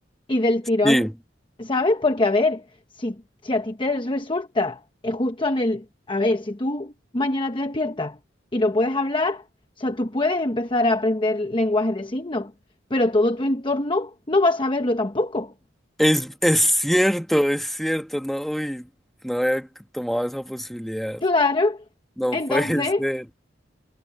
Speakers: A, on the left; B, in the centre.
A: y del tirón,
B: Sí.
A: ¿sabes? Porque a ver, si, si a ti te resulta eh, justo en el, a ver, si tú mañana te despiertas y lo puedes hablar, o sea, tú puedes empezar a aprender lenguaje de signos, pero todo tu entorno no va a saberlo tampoco.
B: Es, es cierto, es cierto, no, uy, no había tomado esa posibilidad.
A: Claro,
B: No
A: entonces
B: puede <laughs> ser.